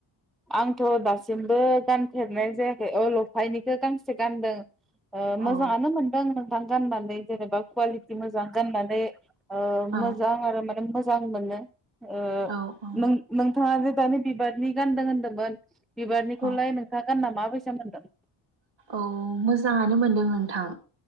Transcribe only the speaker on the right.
औ
औ
औ औ
औ
औ मोजाङानो मोनदों नोंथां।